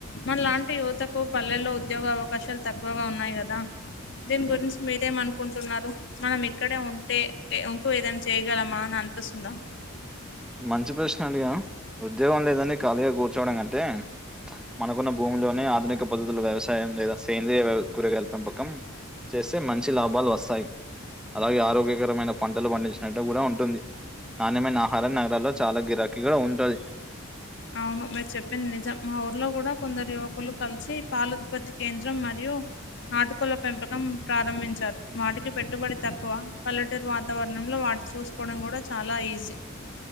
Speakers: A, on the left (about 55°); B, in the centre.
A: మన లాంటి యువతకు పల్లెల్లో ఉద్యోగ అవకాశాల్ తక్కువగా ఉన్నాయి గదా. దీని గురించి మీరేమనుకుంటున్నారు. మనం ఇక్కడే ఉంటే ఉంటూ ఏదైనా చేయగలమా అ అనిపిస్తుందా.
B: మంచి ప్రశ్న అడిగావ్. ఉద్యోగం లేదని ఖాళీగా కూర్చోవడం కంటే. మనకున్న భూమిలోనే ఆధునిక పద్ధతులు వ్యవసాయం లేదా సేంద్రీయ కూరగాయల్ పెంపకం. చేస్తే మంచి లాభాలు వస్తాయి. అలాగే ఆరోగ్యకరమైన పంటలు పండించినట్టు గూడా ఉంటుంది. నాణ్యమైన ఆహ్ హారం నగరాల్లో చాలా గిరాకీగా ఉంటది.
A: అవును మీరు చెప్పింది నిజం. మా ఊర్లో గూడా కొందరు యువకులు కల్సీ పాల ఉత్పత్తి కేంద్రం మరియు యు నాటుకోడ్ల పెంపకం ప్రారంభించారు. వాటికి పెట్టుబడి తక్కువా. పల్లెటూరు వాతావరణంలో వాట్ చూసుకోవడం గూడా చాలా ఈజీ.